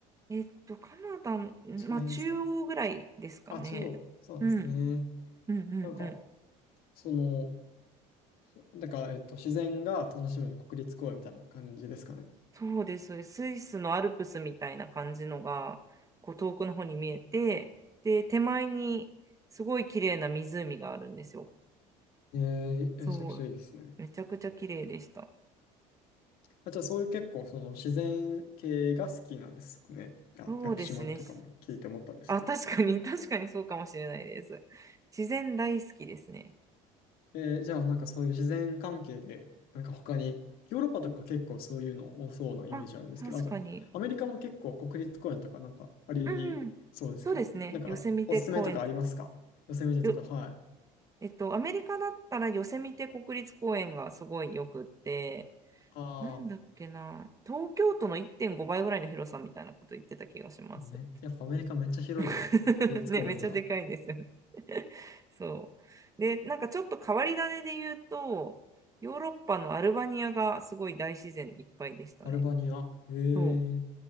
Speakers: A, on the right (about 20°); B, on the left (about 70°).
A: えっと、カナダの、まあ、
B: 違いますか
A: 中央ぐらいですかね。
B: あ、中央。そうですね。
A: うん。うんうんうん。
B: なんか、その、そなんか、えっと、自然が楽しめる国立公園みたいな感じですかね。
A: そうです。そうですスイスのアルプスみたいな感じのが、こう遠くの方に見えて、で、手前にすごい綺麗な湖があるんですよ。
B: えー、
A: そう。
B: めちゃくちゃいいですね。
A: めちゃくちゃ綺麗でした。
B: あ、じゃあそういう結構その自然系が好きなんですね。いや、
A: そうですね。
B: 屋久島とかも聞いて思ったんですけど。
A: あ、確かに、確かにそうかもしれないです。自然大好きですね。
B: えー、じゃあなんかそういう自然関係で、なんか他に、ヨーロッパとか結構そういうの多そうなイメージあるんですけど、
A: あ、確かに。
B: あとアメリカも結構国立公園とかなんかありそうですけど、
A: うんうん。そうですね。
B: えなんかおすすめとかありますかヨセミテとか、
A: ヨセミテ公園。よ、
B: はい。
A: えっと、アメリカだったらヨセミテ国立公園がすごいよくって、
B: あ
A: なんだっけな、東京都の1.5倍ぐらいの広さみたいなこと言ってた気がします。
B: あ、め、やっぱアメリカめっちゃ広いですよね、
A: <laughs>
B: 国立公園が。
A: ね、めっちゃでかいですよね。<laughs> そう。で、なんかちょっと変わり種で言うと、ヨーロッパのアルバニアがすごい大自然いっぱいでしたね。
B: アルバニア。へえ。
A: そう。